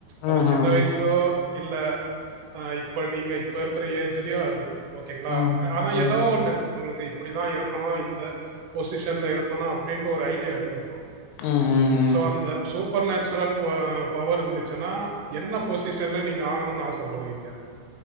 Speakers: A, on the right; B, on the left.
A: அது
B: ம்ஹ்ம்.
A: சின்ன வய்சோ இல்ல ஆ இப்ப நீங்க இப்ப இருக்கிற ஏஜ்லே அது ஓகேங்ளா
B: ம்.
A: ஆனா
B: ம்.
A: ஏதோ ஒண்ணு உங்களுக்கு இப்பிடிதா இருக்கணு இந்த பொசிஷன்ல இருக்கணு அப்டின்ட்டு ஒரு ஐடியா இருந்திருக்கு
B: ம், ம், ம்.
A: சோ அந்த சூப்பர் நேச்சுரல் பொ பவர் இர்ந்துச்சனா என்ன பொசிஷன்ல நீங்க ஆகணுன் ஆசப்படுவீங்க